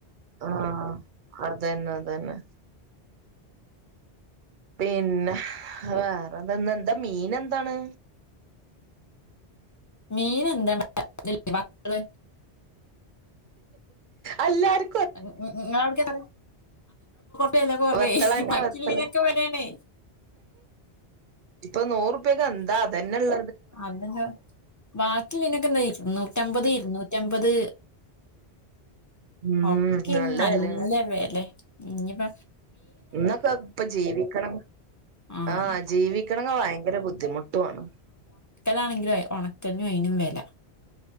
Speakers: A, on the right; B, on the left.
A: ആഹ അതന്നെ അതന്നെ പിന്നെ വേറെന്തന്ന എന്താ മീൻ എന്താണ്
B: മീൻ എന്താ <unintelligible>
A: അല്ലാരും
B: <unintelligible> വില കുറവേ
A: വെത്തളന്നെ
B: മക്കില്ലീനൊക്കെ
A: വെത്തള്
B: വലെ ണേ
A: ഇപ്പൊ നൂറുപ്യൊക്കെ എന്താ അതന്നെള്ള
B: അതനെ ബാക്കിലെനെകെ നൂറ്റമ്പത് ഇരുനൂറ്റമ്പത്
A: ഉം
B: അത് ഒക്കെ നല്ല
A: വെലയാണ്
B: വെലെ ഇഞ്ഞ്പ്പ
A: ഇന്നൊക്കെ ഇപ്പൊ ജീവിക്കണ
B: ആഹ്
A: ആഹ ജീവിക്കണ ഭയങ്കര ബുദ്ധിമുട്ടുണ്
B: ലാണെങ്കിലും ഉണക്കലിനും അയിനും വെല